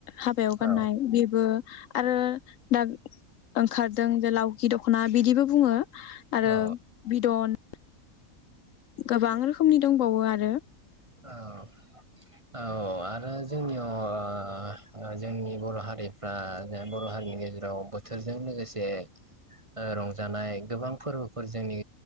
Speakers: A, on the left (about 65°); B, on the right (about 25°).
A: हाबायाव गाननाय
B: औ
A: बेबो आरो दा ओंखारदों जे लावखि दख'ना बिदिबो बुङो। आरो
B: औ
A: बिदन गोबां रोखोमनि दंबावो आरो
B: औ औ आरो जोंनियाव ओ जोंनि बर' हारिफ्रा बर' हारिनि गेजेराव बोथोरजों लोगोसे ओ रंजानाय गोबां फोरबोफोर जोंनि